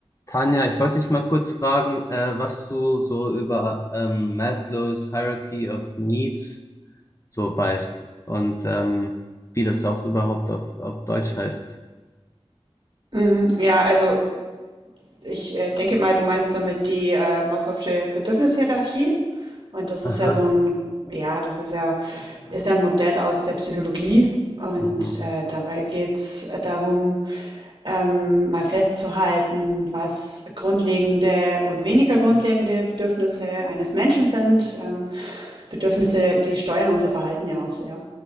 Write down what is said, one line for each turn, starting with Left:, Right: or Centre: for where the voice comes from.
Left: Tanja, ich wollte dich mal kurz fragen, äh, was du so über ähm, Maslows Hierarchy of Needs so weißt und ähm, wie das auch überhaupt auf, auf Deutsch heißt.
Right: Mhm. Ja, also ich äh, denke mal, du meinst damit die äh, Maslow'sche Bedürfnishierarchie. Und das
Left: Aha.
Right: ist ja so ein, ja, das ist ja, ist ja ein Modell aus der Psychologie. Und
Left: Mhm.
Right: äh, dabei geht's äh, darum, ähm, mal festzuhalten, was grundlegende und weniger grundlegende Bedürfnisse eines Menschen sind. Ähm, Bedürfnisse, die steuern unser Verhalten ja auch sehr.